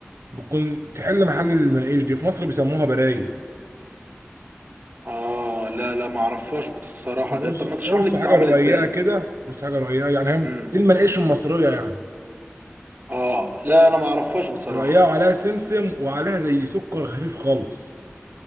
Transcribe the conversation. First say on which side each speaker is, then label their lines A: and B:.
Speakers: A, on the right; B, on the right.
A: بتكون تحل محل المناقيش دي في مصر بيسموها برايز
B: اه لا لا ما اعرفهاش بصراحه
A: بتكون
B: ده
A: قرص
B: طب
A: قرص
B: ما تشرح لي بتتعمل
A: حاجة رقيقة
B: ازاي
A: كده قرص حاجة رقيقة يعني هي
B: امم
A: دي المناقيش المصرية يعني
B: اه لا انا ما اعرفهاش بصراحه
A: رقيقة وعليها سمسم وعليها زي سكر خفيف خالص